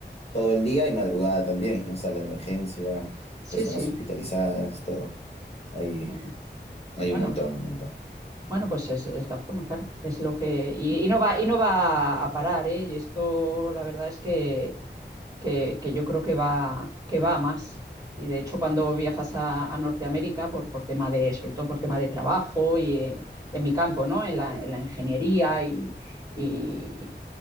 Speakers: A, on the left (about 35°); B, on the right (about 20°).
A: todo el día y madrugada también, ¿no? Sala de emergencia,
B: sí,
A: personas
B: sí.
A: hospitalizadas, todo. Hay,
B: Bueno,
A: hay
B: bueno,
A: un montón, un montón.
B: bueno, pues es, es la forma, claro. Es lo que. Y, y no va, y no va a parar, ¿eh? Y esto, la verdad es que que, que yo creo que va, que va a más. Y de hecho, cuando viajas a, a Norteamérica, por, por tema de, sobre todo por tema de trabajo y eh, en mi campo, ¿no? En la, en la ingeniería y, y,